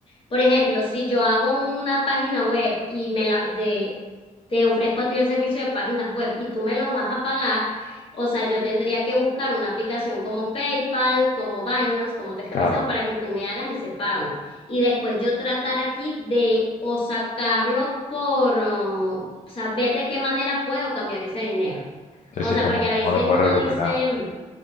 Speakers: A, on the left (about 45°); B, on the left (about 70°).
A: Por ejemplo, si yo hago una página web y me la, de- te ofrezco a ti el servicio de páginas web y tú me lo vas a pagar, o sea, yo tendría que buscar una aplicación como PayPal, como Binance, como te estaba
B: claro.
A: diciendo, para que tú me hagas ese pago. Y después yo tratar aquí de o sacarlo por saber de qué manera puedo cambiar ese dinero.
B: Sí,
A: O
B: sí,
A: sea,
B: ¿cómo,
A: porque
B: cómo
A: a veces
B: lo puedes
A: uno
B: recuperar?
A: dice...